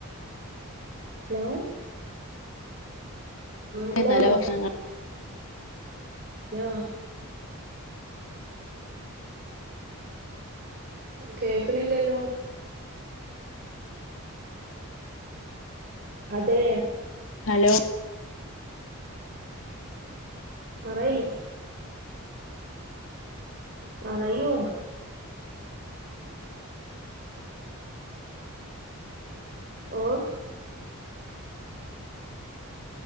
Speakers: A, on the right; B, on the left.
A: ഹലോ ഹലോ
B: നല്ല ഭക്ഷണം
A: ഹലോ കേക്കണില്ലല്ലോ അതെ
B: ഹലോ
A: പറയ് പറയൂ ഓ